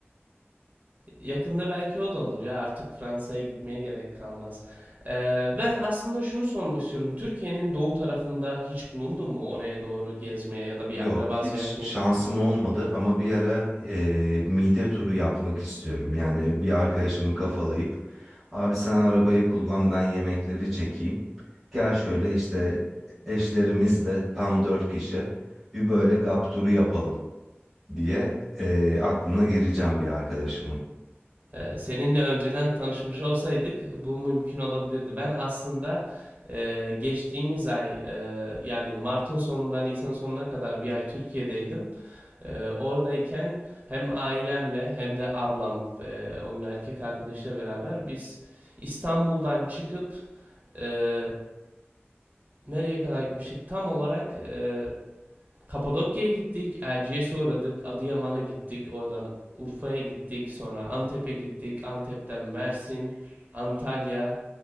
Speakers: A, on the right; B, in the centre.
A: Yakında belki o da olur ya artık Fransa'ya gitmeye gerek kalmaz. E, ben aslında şunu sormak istiyorum. Türkiye'nin doğu tarafında hiç bulundun mu? Oraya doğru gezmeye ya da bir
B: Yok
A: akraba
B: hiç
A: ziyaretine
B: şansım
A: gittin mi?
B: olmadı ama bir ara eee, mide turu yapmak istiyorum. Yani bir arkadaşımı kafalayıp abi sen arabayı kullan ben yemekleri çekeyim. Gel şöyle işte eşlerimizle tam dört kişi bir böyle gap turu yapalım diye eee, aklına gireceğim bir arkadaşımın.
A: Ee, Seninle önceden tanışmış olsaydık bu mümkün olabilirdi. Ben aslında e, geçtiğimiz ay e, yani Mart'ın sonundan Nisan sonuna kadar bir ay Türkiye'deydim. E, oradayken hem ailemle hem de ablam ve onun erkek arkadaşıyla beraber biz İstanbul'dan çıkıp e, nereye kadar gitmiştik? Tam olarak e, Kapadokya'ya gittik, Erciyes'e uğradık, Adıyaman'a gittik, oradan Urfa'ya gittik, sonra Antep'e gittik, Antep'ten Mersin, Antalya,